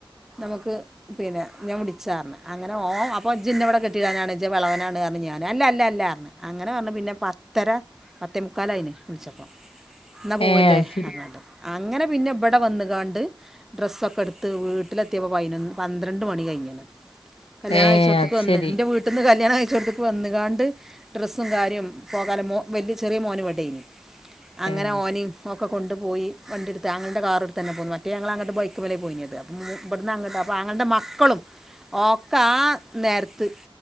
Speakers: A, in the centre; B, on the left.
A: നമുക്ക് പിന്നെ ഞാൻ വിളിച്ച പറഞ്ഞെ അങ്ങനെ ഓ <unintelligible> ഇജ്ജെനെ ഇവിടെ കേടിടനെന്നെ ഇജ്ജ് വിളവനാണന്നെ പറഞ്ഞെ ഞാൻ അല്ല അല്ല അല്ല അങ്ങനെ പറഞ്ഞ് പിന്നെ പത്തര പത്തേ മുക്കാലായിന് വിളിച്ചപ്പം എന്നാ പോവല്ലേ
B: ഏഹ് അത് ശരി
A: പറഞ്ഞിടെ അ അങ്ങനെ പിന്നെ ഇവിടെ വന്നുകാണ്ട് ഡ്രസ്സൊക്കെ എടുത്ത് വീട്ടിലെത്തിയപ്പോൾ പതിനൊന്ന് പന്ത്രണ്ട് മണി കഴിഞ്ഞിനെ കല്യാ
B: ഏഹ്
A: ഴിച്ചോടെതെക്കെ
B: അത്
A: വന്ന്
B: ശരി
A: എന്റെ വീട്ട നിന്ന് കല്യാ കഴിച്ചടതൊക്കെ വന്നുകാണ്ട് ഡ്രസ്സും കാര്യം പോകാലെ മോ വലിയ ചെറിയ മോനെ ഇവിടെ അങ്ങനെ
B: ഏഹ്
A: ഓനിൻഫൊ ഒകെ കൊണ്ട് പോയി വണ്ടിട്ത് ആങ്ങളൻ്റെ കാറ്ട്ത്തെന്നെ പോന്ന് മറ്റെ ഞങളങ്ങട്ട് ബൈക്ക്മ്മലേ പോയീനിയത് അപ്പം മൂ ബട്ന്നങ്ങട്ട് അപ്പം ആങ്ങളൻ്റെ മക്കളും ഓക്കാ നേരത്ത്